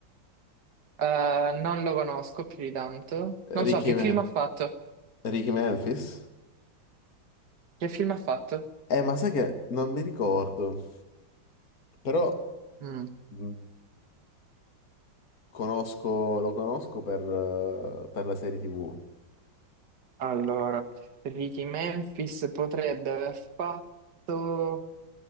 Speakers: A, on the right; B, on the left.
A: Eh, non lo conosco più di tanto. Non
B: Ricky
A: so che
B: Me.
A: film ha fatto.
B: Ricky Memphis?
A: Che film ha fatto?
B: Eh, ma sai che non mi ricordo, però
A: Mm.
B: mh, conosco- lo conosco per, eh, per la serie TV.
A: Allora, Ricky Memphis potrebbe aver fatto...